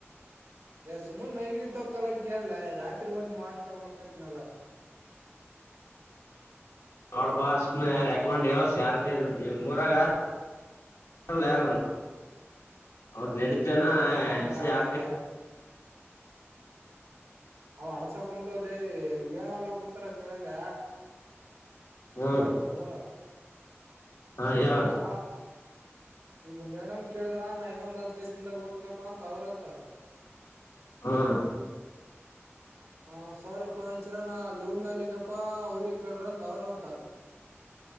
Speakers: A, on the right; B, on the left.
A: ಎ ಸುಮನ್ ಮೈಗಿ ತಕ್ಕೋಲಾಕ್ ಎನ್ ಲೇ ರಾತ್ರಿ ಬಂದ ನಿಮ್ಮ್ ಅಸ್ಟೆಲ್ ದಾಗ್ ಮೊಕ್ಕೋತಿನಲ್ಲ
B: ನೋಡಪ್ಪ ರೆಕ್ಮಂಡ್
A: ಅಲೋ
B: ಎಸ್ ಮೂಊರಾಗ ಯಾರ ಯಾರ ಅವ್ರ ನಡೀತೇನ
A: ಅವಕ್ಕೆಲ್ಲ
B: ಹೆಚ್ಚ ಯಾ
A: ಎಲ್ಲ ಅವ ಅಡ್ಸಕ್ ಕುಂತವಲೇ ಏನಲ್ಲ ಕುಂತರೆ ತಂದ್ಯ
B: ಹ್ಮ
A: ಅಲೋ
B: ಹಾ ಹೇಳ
A: ಈಗಾ ಈಗ ಮೇಡಮ್ ಕೇಳಿದ್ರ ನಾ ಇನ್ನೊಂದ್ ಹದಿನೌದು ದಿನಗಳು ದನ್ದಾಗ ಓದ್ನಪ್ಪಾ ಅಂತ ಅವ್ರಂತಾರ
B: ಹಾ
A: ಹ ಸರ್ ಫರ್ನಚರ ನ ಲೂಮ್ಯಾಲಿನಪ್ಪಾ ಅವ್ರಿಗೆ ಕೇಳ್ರಿ ಅಂತ ಅವ್ರ ಅಂತಾರ <inaudible>